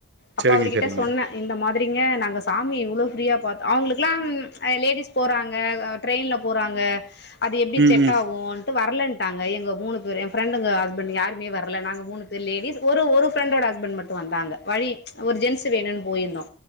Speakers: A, on the left; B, on the right.
A: அப்ப
B: செரிங்க
A: அவர் கிட்ட
B: செரிங்க
A: சொன்ன இந்த மாரிங்க நாங்க சாமி இவ்வளோ ஃப்ரீயா பார்த்தோ அவங்களுக்குலாமலேடிஸ் போறாங்க ட்ரெயின்ல போறாங்க அது எப்படி
B: ம்
A: செட்
B: ம்
A: அவுங்கட்டு வர்லன்டாங்க எங்க மூணு பேர் எங்க ஃபிரண்டுங்க ஹஸ்பண்டுங்க யாருமே வரல நாங்க மூணு பேர் லேடிஸ் ஒரு ஒரு ஃப்ரெண்டோட ஹஸ்பண்ட் மட்டு வந்தாங்க வழி ஒரு ஜென்ஸ் வேணும்னு போயிருந்தோ